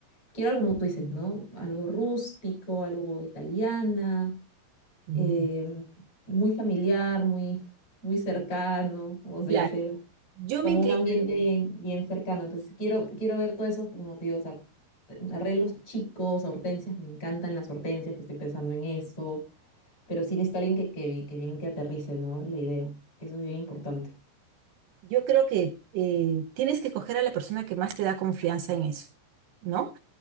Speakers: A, on the left (about 35°); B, on the right (about 75°).
A: Quiero algo como tú dices, ¿no? Algo rústico, algo boda italiana,
B: Mm,
A: em, muy familiar, muy, muy cercano, como se
B: Claro,
A: dice,
B: yo
A: como
B: me inclino,
A: un ambiente bien, bien cercano. Entonces quiero, quiero ver todo eso, como te digo, o sea, arreglos chicos, hortensias, me encantan las hortensias, que estoy pensando en eso. Pero sí necesito alguien que, que, que bien que aterrice, ¿no? La idea. Eso es bien importante.
B: yo creo que eh, tienes que escoger a la persona que más te da confianza en eso, ¿no?